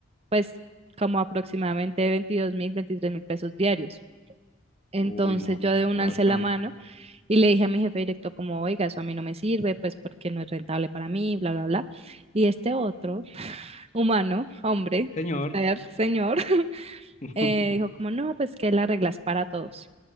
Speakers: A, on the right; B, on the left.
A: pues, como aproximadamente veintidós mil, veintitrés mil pesos diarios. Entonces
B: uy, no,
A: yo
B: mucha
A: de una
B: plata.
A: alcé la mano y le dije a mi jefe directo como, oiga, eso a mí no me sirve, pues porque no es rentable para mí, bla, bla, bla. Y este otro humano, hombre,
B: Señor,
A: ser, señor, <laughs>
B: <laughs>
A: eh, dijo como, no, pues que las reglas para todos.